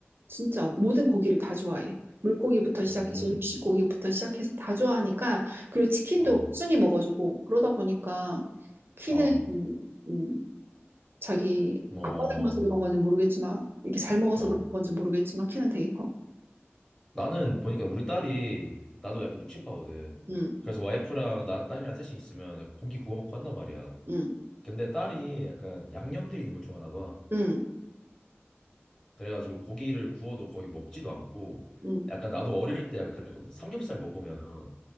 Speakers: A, on the right (about 55°); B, on the left (about 20°).
A: 진짜 모든 고기를 다 좋아해. 물고기부터 시작해서
B: 음,
A: 육식고기부터 시작해서 다 좋아하니까 그리고 치킨도
B: 어,
A: 순이 먹어주고 그러다 보니까 키는
B: 어,
A: 음, 음, 자기
B: 어,
A: 아빠 닮아서 그런 건지 모르겠지만 이렇게 잘 먹어서
B: 어.
A: 그런 건지 모르겠지만 키는 되게 커.
B: 나는 보니까 우리 딸이 나도 약간 육식파거든.
A: 응,
B: 그래서 와이프랑 나 딸이랑 셋이 있으면 고기 구워 먹고 한단 말이야.
A: 응,
B: 근데 딸이 약간 양념돼 있는 걸 좋아하나 봐.
A: 응,
B: 그래가지고 고기를 구워도 거의 먹지도 않고
A: 응.
B: 약간 나도 어릴 때 약간 그랬거든. 삼겹살 먹으면